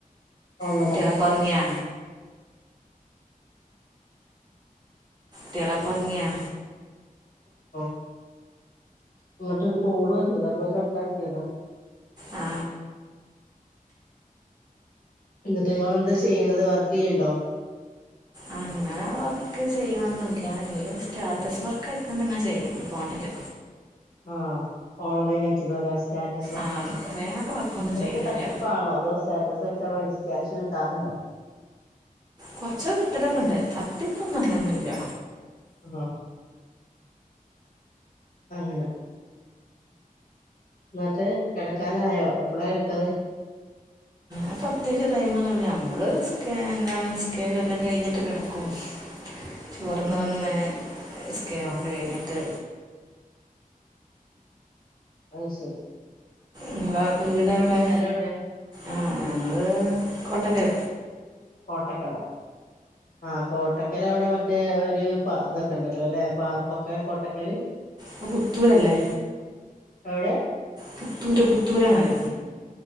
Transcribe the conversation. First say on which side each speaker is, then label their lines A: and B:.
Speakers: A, on the left (about 80°); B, on the right (about 25°).
A: അങ്ങനെ
B: കുട്ടികളൊക്കെ ഉറങ്ങിയാ? കുട്ടികളൊക്കെ ഉറങ്ങിയാ?
A: ഓഹ് ഇങ്ങട്ടൊരു കോള് വന്നതാ അപ്പൊ കട്ട്‌ അക്കിയതാ
B: ആ
A: എന്നിട്ട് നിങ്ങള് എന്താ ചെയ്യുന്നത് വർക്ക് ചെയ്യാനുണ്ടോ?
B: ആഹ് അങ്ങനെ വർക്ക് ചെയ്യണമെന്നുമില്ല ഇനിയും സ്റ്റാറ്റസ് വർക്ക് ആയിക്കൊണ്ട് ഇങ്ങനെ ചെയ്യുന്നുണ്ട് ഫോണില്
A: ആഹ് ഓൺലൈൻ ആയിട്ടുള്ളതാ സ്റ്റാറ്റസ് വർക്കുകളൊക്കെ
B: ആ വേറെ വർക്കൊന്നും
A: അതൊക്കെ
B: ചെയ്യണില്ല
A: തട്ടിപ്പാണോ അതോ സ്റ്റാറ്റസ് വെച്ചാ പൈ ക്യാഷ് കിട്ടാറുണ്ടോ?
B: കൊറച്ചോ കിട്ടലൊക്കെയുണ്ട് തട്ടിപ്പൊന്നും അങ്ങനെയൊന്നുമില്ല
A: അന്നാ അങ്ങനെ എന്നിട്ട് കിടക്കാനായോ എപ്പോഴാ കിടക്കാറ്
B: ആഹ് പ്രതേകിച്ചു ടൈം ഒന്നുല്ല നമ്മള് എന്താന്നു നിസ്കാരം എല്ലാം കഴിഞ്ഞിട്ട് കെടക്കും ചോർന്ന് വന്നേ നിസ്കാരക്കെ
A: ആഹ്
B: കഴിഞ്ഞിട്ട്
A: അയ്ശരി.
B: നിങ്ങള വീടെ എവിടെ
A: എവിടെയാ
B: ആ ഞങ്ങള് കോട്ടക്കര
A: കോട്ടക്കല ആ കോട്ട ക്കല് അവിടെ മറ്റേ ഒരു ഇതൊക്കെ ഉണ്ടല്ലോ അല്ലെ പാർക്കൊക്കെ കൊട്ടക്കല്?
B: പ്പ പുത്തൂരല്ലേ?
A: എവ്ടെ?
B: പുത്തൂര് പുത്തൂരാണത്.